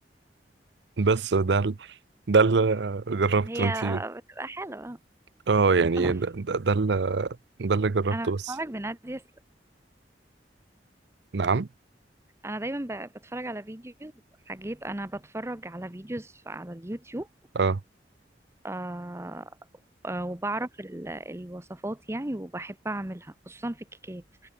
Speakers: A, on the right; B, on the right.
A: بس ده ال- ده اللي جربته
B: هي
A: انتي
B: بتبقى حلوه
A: اه يعني
B: <laughs>
A: ده ده ده اللي ده اللي جربته
B: انا بتفرج
A: بس
B: بنادية
A: نعم
B: انا دايما ب- بتفرج على فيديوز حاجات انا بتفرج على فيديوز على اليوتيوب
A: اه
B: آه آه وبعرف ال- الوصفات يعني وبحب اعملها خصوصا في الكيكات